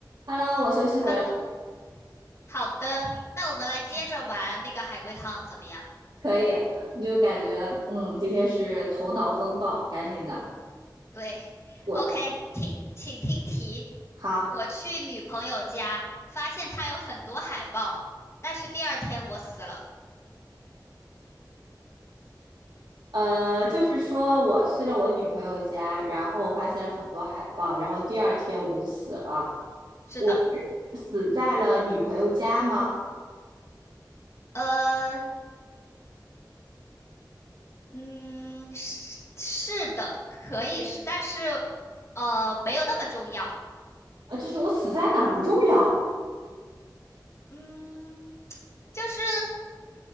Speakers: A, on the right (about 85°); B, on the left (about 40°).
A: Hello，我休息回来
B: Hello，好的，那我们来接着玩那个海龟汤怎么样？
A: 可以，你就感觉嗯，今天是头脑风暴，赶紧的，
B: 对，OK，
A: 我
B: 听，请听题。
A: 好，
B: 我去女朋友家，发现她有很多海报，但是第二天我死了。
A: 呃，就是说我去了我女朋友家，然后我发现了很多海报，然后第二天我就死了，
B: 是的，
A: 我死在了女朋友家吗？
B: 呃，嗯，是是的，可以是，但是呃，没有那么重要。
A: 呃，就是我死在哪儿不重要，
B: 嗯，就是